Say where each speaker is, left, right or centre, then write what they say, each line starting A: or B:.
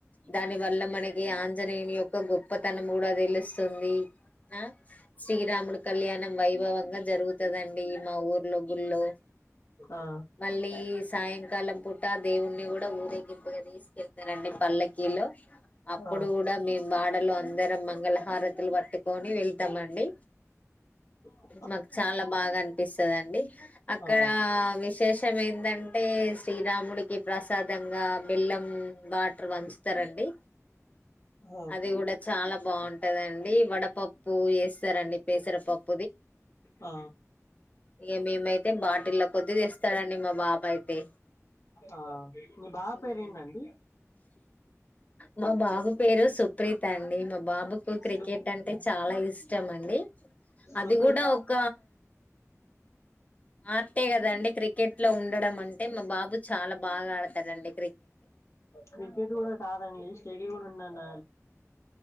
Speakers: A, on the left; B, on the left.
A: దాని వల్ల మనకి అన ఉత్తరేణి యొక్క గొప్పతనం కూడా తెలుస్తుంది ఆ శ్రీరాముడి కళ్యాణం <unintelligible> జరుగుతుందండి మా ఊర్లో గుళ్ళో
B: ఆ
A: మళ్ళీ సాయంకాలం పూట దేవున్నీ కూడా ఊరేగింపుగా తీసుకెళ్తారండి పల్లకిీలో అప్పుడు
B: ఆ
A: కూడా మేము బా ఆండలు అందరం మంగళహారతులు పట్టుకొని వెళ్తామండి
B: స
A: నాకు చాలా బాగా అనిపిస్తుందండి అక్కడ
B: ఆ
A: విశేషం ఏంటంటే శ్రీరాముడికి ప్రసాదంగా బెల్లం వాటర్ పంచుత రండి
B: ఆ
A: అది కూడా చాలా బాగుంటదండి వడపప్పు ఏస్తారండి పెసరపప్పు
B: ఆ
A: ఇక మేమైతే బాటిల్ల కొద్ది తెస్తాడండి మా బాబు అయితే
B: ఆ మీీ బాబు
A: ఉమ్.
B: పేరేంటండీ
A: మా బాబు పేరు సుప్రీత్ అండి బాబుకు క్రికెట్
B: సుప్రీత
A: అంటే చాలా ఇష్టం అండి అది
B: సుప్రీత
A: కూడా ఒక ఆర్టే కద అండి క్రికెట్ లో ఉండడం అంటే మా బాబు చాలా బాగా ఆడతాడండీ
B: క్రికెట్ కూడా కాదండి స్టడి కూడా ఉన్నాన్న